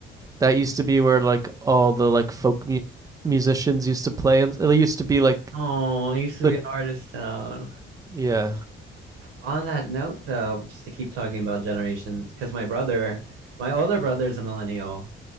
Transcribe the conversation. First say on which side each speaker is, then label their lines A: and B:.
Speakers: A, on the right; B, on the right.
A: that used to be where like all the like folk mu- musicians used to play, and it used to be like
B: Oh, it used to
A: the
B: be an artist town.
A: yeah.
B: On that note, though, just to keep talking about generations, because my brother, my older brother is a millennial,